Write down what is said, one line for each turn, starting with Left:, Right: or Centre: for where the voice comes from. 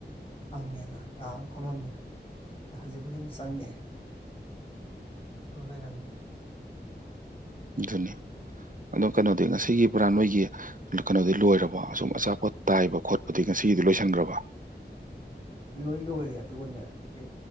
Left: ꯐꯪꯉꯦꯅ ꯉꯥꯛ ꯑꯃꯨꯛ ꯐꯝꯃꯝꯃꯦ ꯍꯧꯖꯤꯛꯄꯨꯗꯤ ꯑꯃꯨꯛ ꯆꯪꯉꯛꯑꯦ ꯑꯗꯨ ꯂꯩꯔꯝꯃꯤꯅꯦ
Right: ꯑꯗꯨꯅꯤ ꯑꯗꯣ ꯀꯩꯅꯣꯗꯤ ꯉꯁꯤꯒꯤ ꯄꯨꯔꯥ ꯅꯣꯏꯒꯤ ꯀꯩꯅꯣꯗꯤ ꯂꯣꯏꯔꯕꯣ ꯑꯁꯨꯝ ꯑꯆꯥꯄꯣꯠ ꯇꯥꯏꯕ ꯈꯣꯠ ꯑꯗꯨꯏ ꯉꯁꯤꯒꯤꯗꯤ ꯂꯣꯏꯁꯟꯒ꯭ꯔꯕ
Left: ꯂꯣꯏ ꯂꯣꯏꯔꯦ ꯑꯗꯨꯒꯅꯦ ꯄꯦꯛ